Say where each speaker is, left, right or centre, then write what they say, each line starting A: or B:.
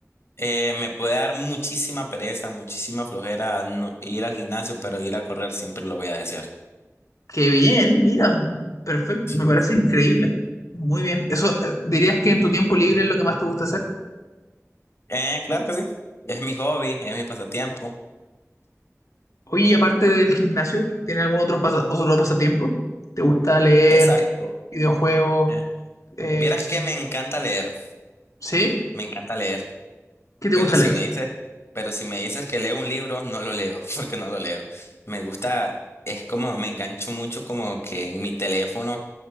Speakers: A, on the left (about 50°); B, on the left (about 75°).
A: eh, me puede dar muchísima pereza, muchísima flojera no ir al gimnasio, pero ir a correr siempre lo voy a desear.
B: Qué bien, mira, perfecto,
A: Sí.
B: me parece increíble. Muy bien. Eso, eh, ¿dirías que en tu tiempo libre es lo que más te gusta hacer?
A: Eh, claro que sí, es mi hobby, es mi pasatiempo.
B: Oye, y aparte del gimnasio, ¿tienes algún otro, pasa- otro pasatiempo? ¿Te gusta leer,
A: Exacto.
B: videojuegos,
A: Eh,
B: eh,
A: Vieras
B: cine?
A: que me encanta leer,
B: ¿Sí?
A: me encanta leer.
B: ¿Qué te
A: Pero
B: gusta
A: si
B: leer?
A: me dices, pero si me dices que leo un libro, no lo leo, <laughs> porque no lo leo. Me gusta, es como, me engancho mucho como que en mi teléfono,